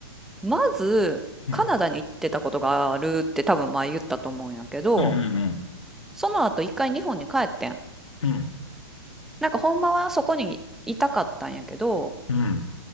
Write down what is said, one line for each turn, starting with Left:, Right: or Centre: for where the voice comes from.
Centre: まず、
Left: うん、
Centre: カナダに行ってたことがあるって多分前言ったと思うんやけど、
Left: うん、うん、
Centre: その後一回日本に帰ってん。
Left: うん、
Centre: なんかほんまはそこにいたかったんやけど、
Left: うん。